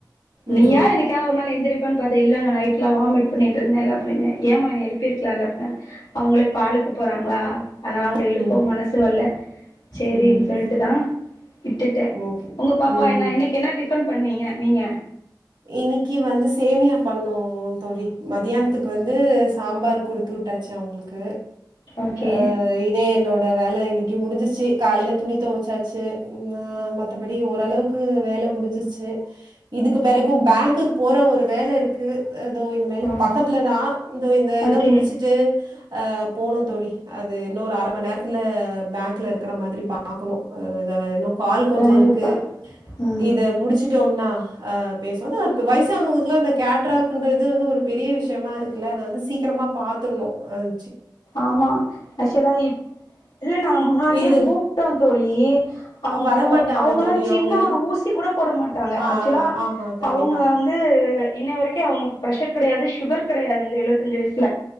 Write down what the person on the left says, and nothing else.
நீயா என்னைக்கா ஒரு நாள் எந்திரிப் அது இல்லங்க நைட்லா வாமிட் பண்ணிட்டு இருந்தேல்ல அப்டினே ஏமா என்ன எழுப்பிருக்கலால்ல அப்புனாரு அவங்ளே பாலுக்கு போறாங்ளா அதனால அவங்ள எழுப்பவு
மனசு வல்ல சேரின்
சொல்லிட்டுதா விட்டுட்ட
உங்க பாப்பா
என்ன இன்னைக்கு என்ன டிஃபன் பண்ணீங்க நீங்க
ஓகே
ஓ
ஓகே
கண்டிப்பா
ம்
ஆமா ஆக்சுலா இப் இல்ல நான் நா முன்னாடியே
கூப்ட்டோ தோழி அவுங்க
அவங்கலா
சின்ன
ஒரு ஊசி கூட போட மாட்டாங்க
ஆக்சுலா
அவுங்க வந்து இன்ன வரைக்கு அவுங்ளுக்கு ப்ரஷர் கெடயாது சுகரு கெடயாது இந்த எழுவதஞ்சு வய்ஸ்ல